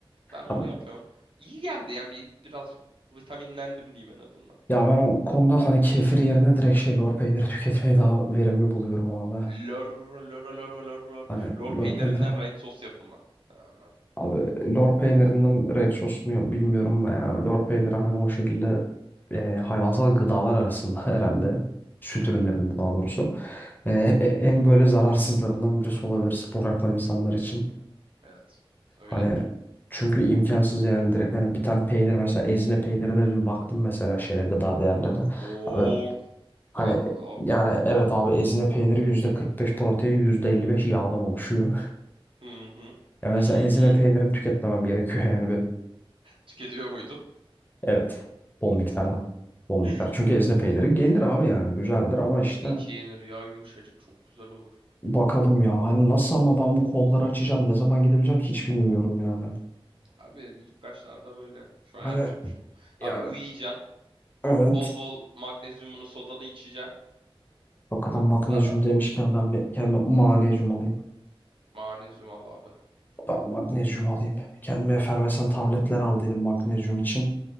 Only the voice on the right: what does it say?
Ben onu
yapıyorum. İyi geldi yani bir birazcık vitaminlendim diyeyim en azından.
Lor lor lor lor lor.
Lor
peynirinden
rain sos yapımı. Hemen.
Evet. Öyledir.
Çok
yağlı
bu.
Hı hı.
Hı
hı.
Tüketiyor muydun?
<laughs>
Tabii ki yenir ya yumuşacık çok güzel olur.
Abi ilk başlarda böyle. Şu
an yapacak bir şey yok.
Abi uyuyacaksın.
Bol bol magnezyumunu sodanı içeceksin.
Da
magnezyum al abi.